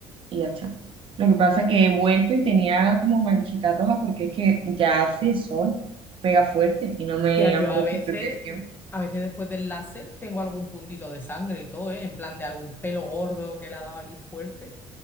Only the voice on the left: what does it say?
Tía, yo
a
veces,
a veces después del láser tengo algún puntito de sangre y todo, ¿eh? En plan de algún pelo gordo que le ha dado ahí fuerte,